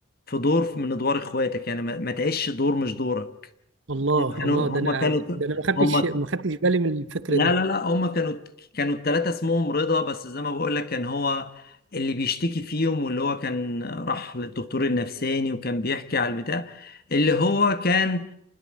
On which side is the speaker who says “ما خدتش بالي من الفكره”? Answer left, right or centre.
Right